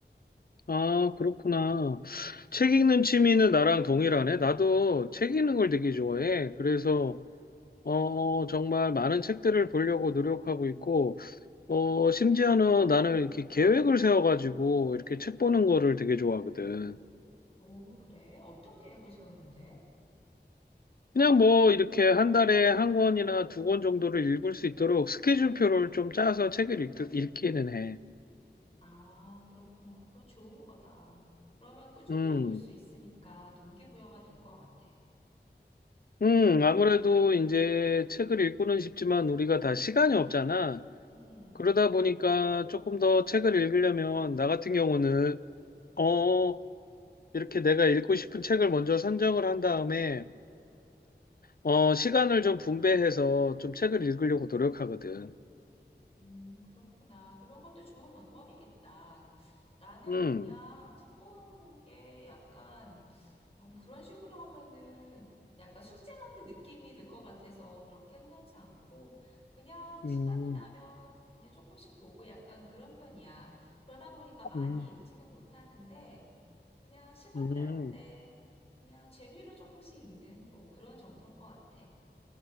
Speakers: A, on the left; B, on the left.
A: 아, 그렇구나. 책 읽는 취미는 나랑 동일하네. 나도 책 읽는 걸 되게 좋아해. 그래서, 어, 정말 많은 책들을 보려고 노력하고 있고, 어, 심지어는 나는 이렇게 계획을 세워가지고 이렇게 책 보는 거를 되게 좋아하거든.
B: 오, 그래? 어떤 계획을 세우는데?
A: 그냥 뭐 이렇게 한 달에 한 권이나 두 권 정도를 읽을 수 있도록 스케줄표를 좀 짜서 책을 읽, 읽기는 해.
B: 아, 그렇구나. 그건 좋은 거다. 그러면 꾸준히
A: 음.
B: 읽을 수 있으니까 동기부여가 될 것 같아.
A: 음, 아무래도 이제 책을 읽고는 싶지만 우리가 다 시간이 없잖아.
B: 음.
A: 그러다 보니까 조금 더 책을 읽으려면 나 같은 경우는 어, 이렇게 내가 읽고 싶은 책을 먼저 선정을 한 다음에 어, 시간을 좀 분배해서 좀 책을 읽으려고 노력하거든.
B: 음, 그렇구나. 그런 것도 좋은 방법이겠다. 나는
A: 음.
B: 그냥 책 보는 게 약간, 음, 그런 식으로 하면은 약간 숙제 같은 느낌이 들 것 같아서 그렇게는 하지 않고, 그냥
A: 음.
B: 시간이 나면 그냥 조금씩 보고 약간 그런 편이야. 그러다 보니까 많이
A: 음.
B: 읽지는 못하는데, 그냥 시간
A: 음.
B: 날 때, 그냥 재미로 조금씩 읽는 뭐 그런 정도인 것 같아.